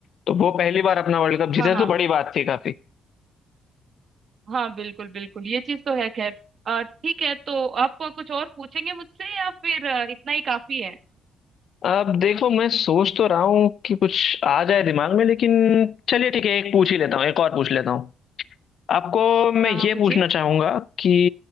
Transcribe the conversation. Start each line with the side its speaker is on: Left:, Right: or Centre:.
Left: तो वो पहली बार अपना वर्ल्ड कप जीते
Right: हाँ हाँ
Left: तो बड़ी बात थी काफी
Right: हाँ बिल्कुल बिल्कुल ये चीज तो है खैर अ, ठीक है तो आप कुछ और पूछेंगे मुझसे या फिर अ, इतना ही काफी है
Left: अब देखो मैं सोच तो रहा हूँ कि कुछ आ जाए दिमाग में लेकिन चलिए ठीक है एक पूछ ही लेता हूँ एक और पूछ लेता हूँ आपको मैं
Right: हाँ
Left: ये
Right: हाँ पूछिए
Left: पूछना चाहूंगा कि